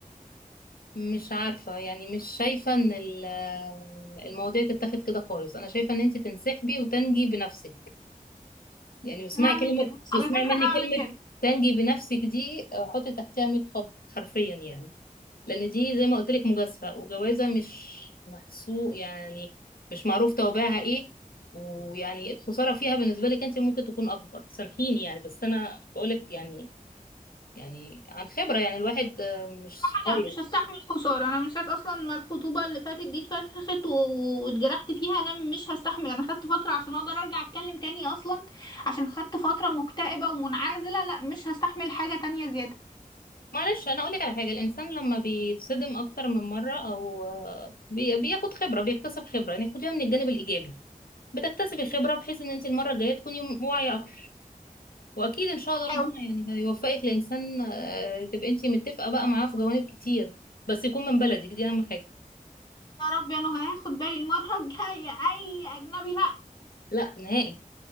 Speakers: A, on the left; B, on the left.
A: مش عارفة يعني مش شايفة ان ال- المواضيع تتاخد كده خالص انا شايفة ان انت تنسحبي وتنجي بنفسك يعني اسمعي
B: أنا هعمل
A: كلمة
B: كده
A: واسمعي
B: على فكره
A: مني
B: هعمل
A: كلمة
B: كده
A: تنجي بنفسك دي آه، حطي تحتها 100 خط حرفيا يعني لأن دي زي ما قلت لك مجازفة وجوازة مش محسوب يعني مش معروف توابعها ايه ويعني الخسارة فيها بالنسبة لك انت ممكن تكون أكبر سامحيني يعني بس أنا بقولك يعني يعني عن خبرة يعني الواحد آه، مش
B: لا
A: صغير
B: مش هستحمل خسارة أنا من ساعة أصلا ما الخطوبة اللي فاتت دي اتفسخت و- واتجرحت فيها أنا مش هستحمل أنا خدت فترة عشان أقدر أرجع أتكلم تاني أصلا عشان خدت فترة مكتئبة ومنعزلة لا مش هستحمل حاجة تانية زيادة
A: معلش أنا أقولك على حاجة الإنسان لما بيتصدم أكتر من مرة أو آه، بي- بياخد خبرة بيكتسب خبرة يعني خديها من الجانب الإيجابي بتكتسبي خبرة بحيث ان انت المرة الجاية تكوني م- واعية اكتر واكيد ان شاء
B: هحاول
A: الله ربنا يعني هيوفقك لانسان آه، تبقي انت متفقة بقى معاه في جوانب كتير بس يكون من بلدك دي اهم حاجة
B: يا رب يا نهى هاخد بالي المرة الجاية أي أجنبي لا
A: لا نهائي